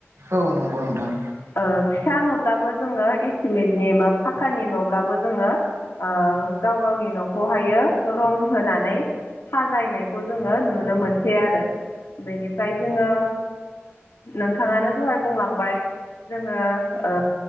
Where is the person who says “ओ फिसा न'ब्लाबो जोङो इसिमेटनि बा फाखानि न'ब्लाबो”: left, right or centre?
Left